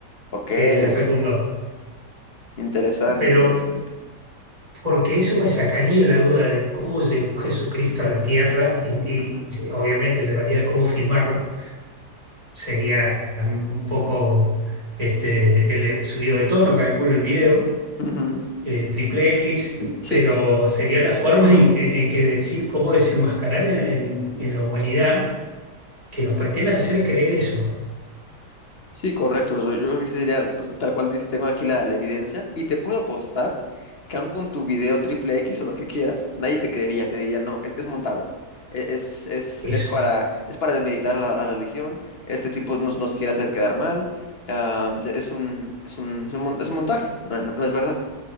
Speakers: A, on the left; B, on the right.
A: Ok,
B: que la fecundó.
A: ok. Interesante,
B: Pero
A: interesante.
B: porque eso me sacaría la duda de cómo llegó Jesucristo a la tierra y,
A: Ujú,
B: y obviamente llevaría a cómo filmarlo sería un poco este, el eh, subido de tono, calculo el video,
A: ujú.
B: eh, triple X,
A: Sí,
B: pero sería la forma en, en- en que decir cómo desenmascarar en, en- en la humanidad que nos pretendan hacer creer eso,
A: sí, correcto. Yo yo creo que sí sería, o sea, tal cual dices, tengo aquí la, la evidencia y te puedo apostar que aun con tu video triple X o lo que quieras, nadie te creería, te diría, no, es, es montado. e- Es, es,
B: eso.
A: es para, es para demeritar la- a la religión, este tipo nos, nos quiere hacer quedar mal, ah, es un, es un, es un, mon- es un montaje, no, no- no es verdad.